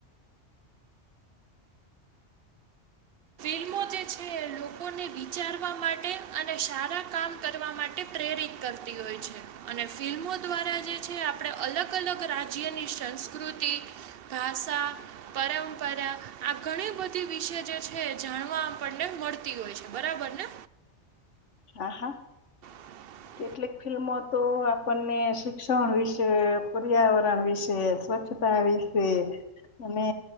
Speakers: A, on the right; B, on the left.
A: ફિલ્મો જે છે એ લોકોને વિચારવા માટે અને સારા કામ કરવા માટે પ્રેરિત કરતી હોય છે. અને ફિલ્મો દ્વારા જે છે આપણે અલગ અલગ રાજ્યની સંસ્કૃત તી, ભાષા, પરંપરા આ ઘણી બધી વિશે જે છે જાણવા આપણને મળતી હોય છે. બરાબર ને?
B: આ હા
A: હ
B: કેટલીક ફિલ્મો તો આપણને શિક્ષણ વિશે, પર્યાવરણ વિશે, સ્વચ્છ તા વિશે અને